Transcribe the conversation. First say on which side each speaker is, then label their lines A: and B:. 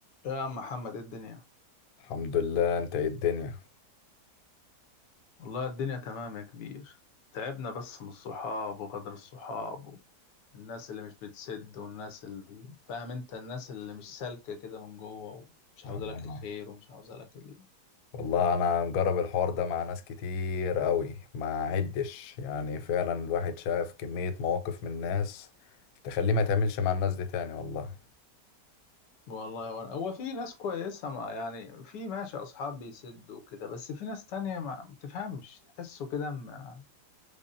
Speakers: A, on the left; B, on the left.
A: يا عم محمد ايه الدنيا
B: الحمد لله انت ايه الدنيا
A: والله الدنيا تمام يا كبير تعبنا بس من الصحاب وغدر الصحاب والناس اللي مش بتسد والناس اللي فاهم انت الناس اللي مش سالكة كده من جوه ومش
B: أنا-
A: عاوزة لك الخير ومش عاوزة لك ال...
B: والله انا مجرب الحوار ده مع ناس كتير قوي ما عدش يعني فعلا الواحد شاف كمية مواقف من الناس تخليه ما يتعاملش مع الناس دي تاني والله
A: والله هو هو في ناس كويسة ما يعني في ماشي اصحاب بيسدوا كده بس في ناس تانية ما بتفهمش تحسه كده ما-